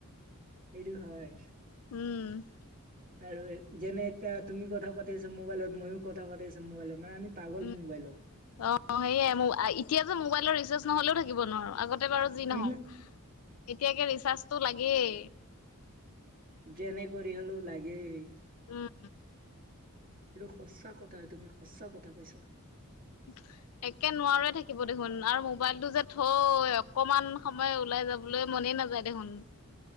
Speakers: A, on the right; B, on the left.
A: এইটো হয়।
B: উম
A: আৰু যেনে এতিয়া তুমি কথা পাতিছা মোবাইলত মইয়ো কথা পাতি আছো মোবাইলত মানে আমি পাগল
B: উম
A: মোবাইলত।
B: অঁ সেয়াই মো এতিয়া যে মোবাইলৰ ৰিচাৰ্জ নহ'লেও থাকিব নোৱাৰো। আগ তে বাৰু যি নহওক
A: উমহু।
B: এতিয়া একে ৰিচাৰ্জটো লাগেই।
A: যেনে কৰি হ'লেও লাগেই।
B: উম
A: এইটো সঁচা কথা তুমি সঁচা কথা কৈছা।
B: <inaudible> একে নোৱাৰোৱে থাকিব দেখোন আৰু মোবাইলটো যে থৈ অকমান সময় ওলাই যাব লৈ মনেই নাযায় দেখোন।